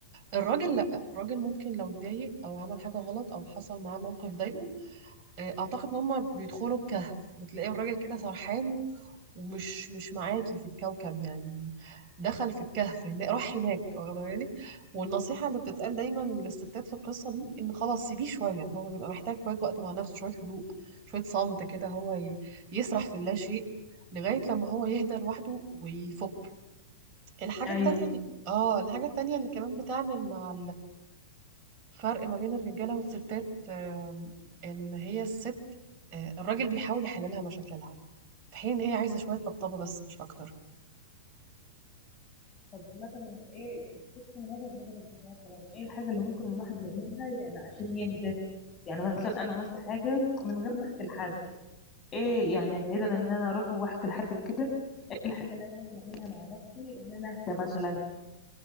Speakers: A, on the right; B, on the left.
A: الراجل لا الراجل ممكن لو اتضايق او عمل حاجه غلط او حصل معاه موقف ضايقه آه اعتقد ان هم بيدخلوا الكهف بتلاقي الراجل كده سرحان ومش مش معاكي في الكوكب يعني دخل في الكهف هنا راح هناك واخده بالك والنصيحة اللي بتتقال دايما للستات في القصة دي ان خلاص سيبيه شوية هو بيبقى محتاج شوية وقت مع نفسه شوية هدوء شوية صمت كده هو ي- يسرح في اللا شيء لغاية لما هو يهدى لوحده ويفك الحاجة
B: ايوه
A: التانية اللي- اه الحاجة التانية اللي كمان بتعمل مع الفرق ما بين الرجالة والستات آم، ان هي الست آه، الراجل بيحاول يحللها مشاكلها في حين ان هي عايزة شوية طبطبة بس مش اكتر
B: طب مثلا ايه تفتكر من وجهة نظرك مثلا ايه الحاجة اللي ممكن الواحد يعملها يعني عشان يهدى يعني مثلا انا عملت حاجة من غير ما احكي لحد ايه يعني بعيدا ان انا اروح واحكي لحد وكده ايه الحاجه اللي انا ممكن اعملها مع نفسي ان انا اهدى مثلا